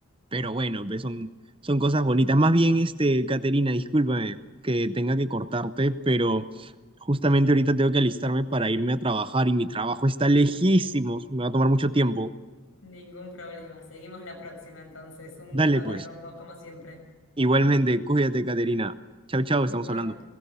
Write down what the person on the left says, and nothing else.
Ningún problema. Seguimos la próxima entonces. Un
gusto hablar
con vos como siempre.
Igual.